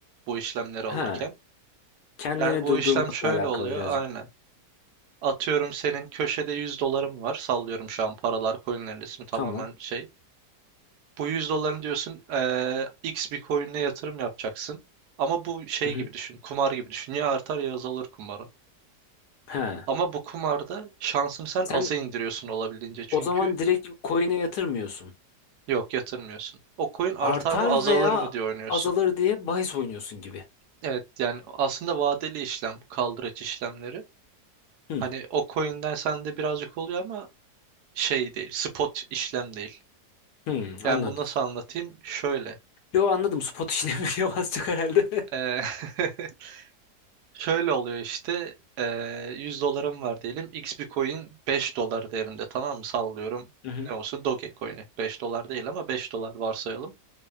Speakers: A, on the right (about 75°); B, on the left (about 75°).
A: bu işlemleri alırken.
B: Ha. Kendini
A: Yani bu
B: durdurmakla
A: işlem şöyle
B: alakalı
A: oluyor
B: birazcık.
A: aynen. Atıyorum senin köşede 100 dolarım var. Sallıyorum şu an paralar coinlerin ismi tamamen
B: Tamam.
A: şey. Bu 100 doların diyorsun eee, X bir coin'e yatırım yapacaksın. Ama bu şey
B: Hı hı.
A: gibi düşün. Kumar gibi düşün. Ya artar ya azalır kumarı.
B: He.
A: Ama bu kumarda şansını sen
B: Sen
A: aza indiriyorsun olabildiğince. Çünkü
B: o zaman direkt coin'e yatırmıyorsun.
A: yok yatırmıyorsun. O coin artar
B: Artar
A: mı azalır
B: veya
A: mı diye oynuyorsun.
B: azalır diye bahis oynuyorsun gibi.
A: Evet yani aslında vadeli işlem bu kaldıraç işlemleri.
B: Hı,
A: Hani o coin'den sende birazcık oluyor ama şey değil, spot işlem değil.
B: hı,
A: Yani
B: anladım.
A: bunu nasıl anlatayım? Şöyle.
B: Yo anladım. Spot işlemi <laughs> yok az çok herhalde.
A: Ee, <laughs> şöyle oluyor işte. Ee, 100 dolarım var diyelim. X bir coin 5 dolar değerinde tamam mı? Sallıyorum.
B: <laughs> Hı hı,
A: Ne olsun? Dogecoin'i. 5 dolar değil ama 5 dolar varsayalım.